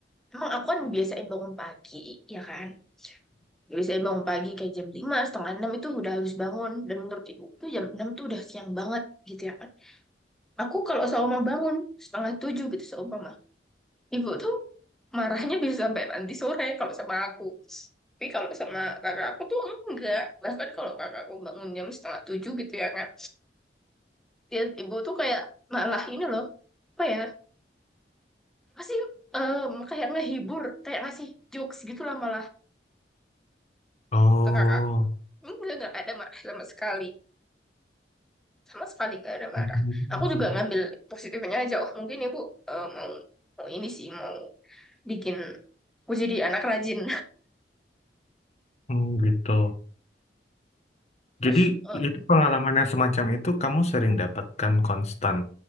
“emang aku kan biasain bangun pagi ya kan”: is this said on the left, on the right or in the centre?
Centre